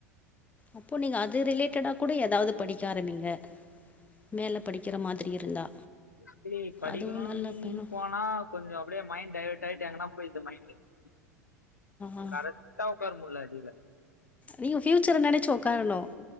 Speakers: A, on the left; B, on the left.
A: அப்போ நீங்க அது ரிலேட்டடா கூட ஏதாவது படிக்க ஆரம்பிங்க மேல படிக்கிற மாதிரி இருந்தா
B: ப்படி படிக்கணுனு
A: அதுவு நல்ல பயணம்
B: போனா கொஞ்சம் அப்டியே மைண்ட் டைவர்ட் ஆயிட்டு எங்கன்னா <unintelligible>
A: ஆ
B: <unintelligible> உட்கார முடியல அடில
A: நீங்க ஃபியூச்சர நெனச்சு உக்காரணும்